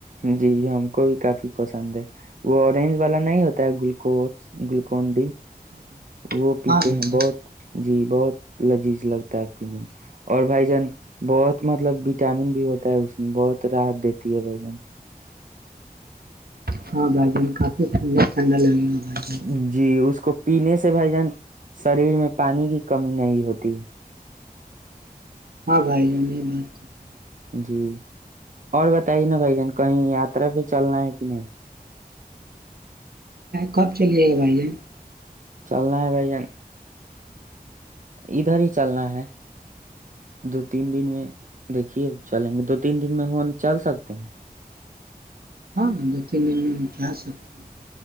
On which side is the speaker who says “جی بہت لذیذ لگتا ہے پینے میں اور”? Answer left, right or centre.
Right